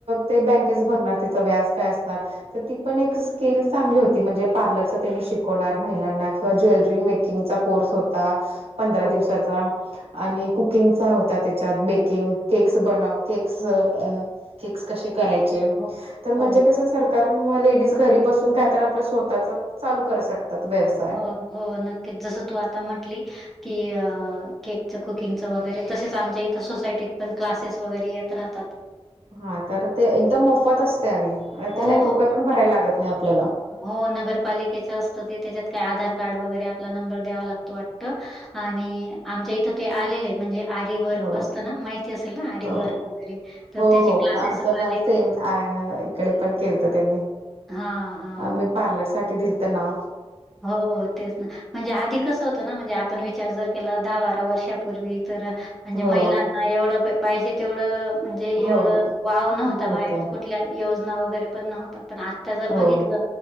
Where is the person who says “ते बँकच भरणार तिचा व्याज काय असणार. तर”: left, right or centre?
Right